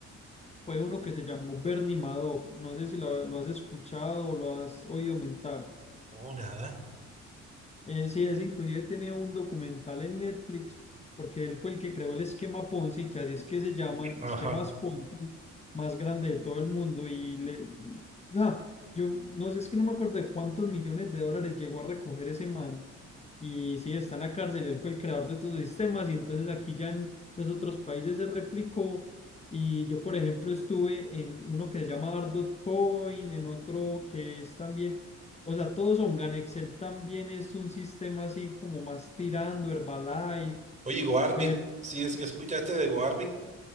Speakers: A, on the left; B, on the right.
A: Fue uno que se llamó Bernie Madoff. No sé si lo, lo has escuchado o lo has oído mentar.
B: Oh, nada.
A: Eh, sí, es inclusive tiene un documental en Netflix porque él fue el que creó el esquema Ponzi, que así es que se llaman
B: Ajá.
A: esquemas Ponzi más grande de todo el mundo y le y- ah, yo no sé, es que no me acuerdo de cuántos millones de dólares llegó a recoger ese man. Y sí, está en la cárcel, él fue el creador de estos sistemas y entonces aquí ya en los otros países se replicó y yo por ejemplo estuve en uno que se llama Ardot Coin, en otro que es también o sea, todos son Ganexel también es un sistema así como más tirando Herbalife,
B: Oye, GoArbit,
A: pero
B: ¿sí es que escuchaste de GoArbit?